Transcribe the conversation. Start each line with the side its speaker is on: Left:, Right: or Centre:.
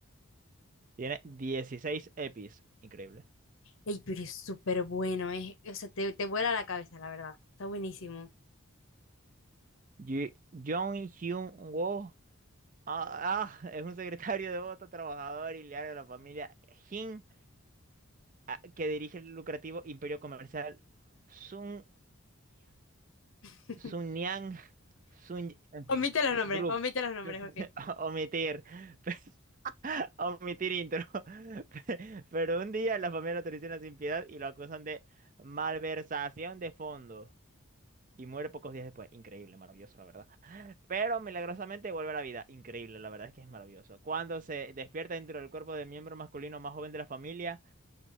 Right: Tiene 16 EPIs. Increíble.
Left: Ey, pero es súper bueno, eh. O sea, te, te vuela la cabeza, la verdad. Está buenísimo.
Right: Yu- Jong Hyun Woo. Ah, ah, es un secretario devoto, trabajador y leal de la familia Jin, ah, que dirige el lucrativo imperio comercial Sun
Left: <laughs>
Right: Sunyang, Sun, en
Left: Omite
Right: fin,
Left: los nombres,
Right: group.
Left: omite los nombres,
Right: <laughs>
Left: ok.
Right: Omitir, <laughs> omitir intro. <laughs> Pero un día la familia lo traiciona sin piedad y lo acusan de malversación de fondo. Y muere pocos días después. Increíble, maravilloso, la verdad. Pero milagrosamente vuelve a la vida. Increíble, la verdad es que es maravilloso. Cuando se despierta dentro del cuerpo del miembro masculino más joven de la familia,